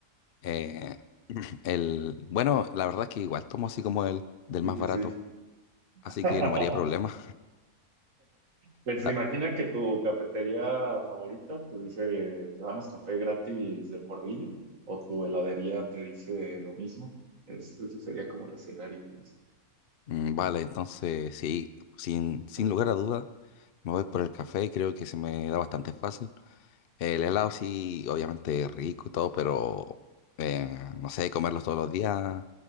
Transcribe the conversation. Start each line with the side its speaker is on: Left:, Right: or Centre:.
Left: eh, <clears throat> el, bueno, la verdad es que igual tomo así como el del
Right: Sí,
Left: más barato,
Right: sí, sí. <laughs>
Left: así que no me haría problema,
Right: Pues
Left: <laughs>
Right: imagina que tu cafetería favorita te dice, te damos café gratis de por vida, o tu heladería te dice lo mismo. Es, ese sería como el escenario, pienso.
Left: Mm, Vale, entonces sí, sin, sin
Right: Ajá.
Left: lugar a duda, me voy por el café,
Right: Café.
Left: creo que se me da bastante fácil. El helado sí, obviamente rico y todo, pero eh, no sé, comerlo todos los días